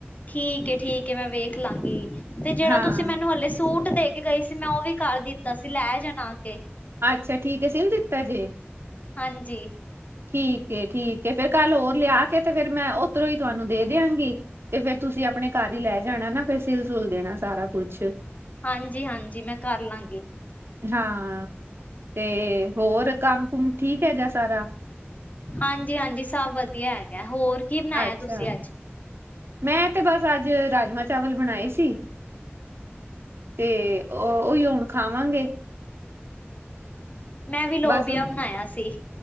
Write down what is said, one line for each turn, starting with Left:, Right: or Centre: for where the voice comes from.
Left: ਠੀਕ ਏ -ਠੀਕ ਏ, ਮੈਂ ਵੇਖ ਲਾਂਗੀ, ਤੇ ਜਿਹੜਾ
Right: ਹਾਂ
Left: ਤੁਸੀਂ ਮੈਨੂੰ ਹਲੇੇ ਸੂਟ ਦੇ ਕੇ ਗਏ ਸੀ ਮੈਂ ਉਹ ਵੀ ਕਰ ਦਿੱਤਾ ਸੀ ਲੈ ਜਾਣਾ ਆ ਕੇ।
Right: ਅੱਛਾ ਠੀਕ ਏ, ਸਿਲ ਦਿੱਤਾ ਜੇ
Left: ਹਾਂਜੀ
Right: ਠੀਕ ਏ ਠੀਕ ਏ, ਫੇਰ ਕੱਲ ਹੋਰ ਲਿਆ ਕੇ ਤੇ ਫੇਰ ਮੈਂ ਉਧਰੋਂ ਹੀ ਤੁਹਾਨੂੰ ਦੇ ਦਿਆਂਗੀ। ਤੇ ਫਿਰ ਤੁਸੀਂ ਆਪਣੇ ਘਰ ਹੀ ਲੈ ਜਾਣਾ ਨਾ ਫਿਰ ਸਿਲ- ਸੁਲ ਦੇਣਾ ਸਾਰਾ ਕੁਛ
Left: ਹਾਂਜੀ -ਹਾਂਜੀ ਮੈਂ ਕਰ ਲਾਂਗੀ।
Right: ਹਾਂ, ਤੇ ਹੋਰ ਕੰਮ -ਕੁਮ ਠੀਕ ਹੈਗਾ ਸਾਰਾ
Left: ਹਾਂਜੀ -ਹਾਂਜੀ, ਸਭ ਵਧੀਆ ਹੈਗੈ, ਹੋਰ ਕੀ ਬਣਾਇਆ
Right: ਅੱਛਾ
Left: ਤੁਸੀਂ ਅੱਜ
Right: ਮੈਂ ਤੇ ਬਸ ਅੱਜ ਰਾਜਮਾਂਹ ਚਾਵਲ ਬਣਾਏ ਸੀ। ਤੇ ਉਹ ਉਹੀਓ ਹੁਣ ਖਾਵਾਂਗੇ।
Left: ਮੈਂ ਵੀ ਲੋਬੀਆ
Right: ਬਸ
Left: ਬਨਾਇਆ ਸੀ।